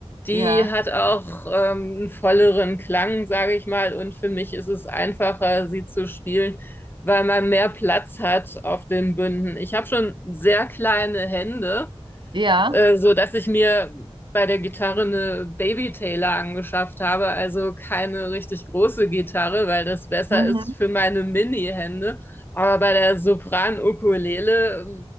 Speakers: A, on the left (about 20°); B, on the right (about 50°).
A: Die
B: ja,
A: hat auch ähm, einen volleren Klang, sage ich mal, und für mich ist es einfacher, sie zu spielen, weil man mehr Platz hat auf den Bünden. Ich habe schon sehr kleine Hände
B: ja.
A: äh, so dass ich mir bei der Gitarre eine Baby Taylor angeschafft habe, also keine richtig große Gitarre, weil das besser
B: Mhm.
A: ist für meine Mini-Hände. Aber bei der Sopran-Ukulele,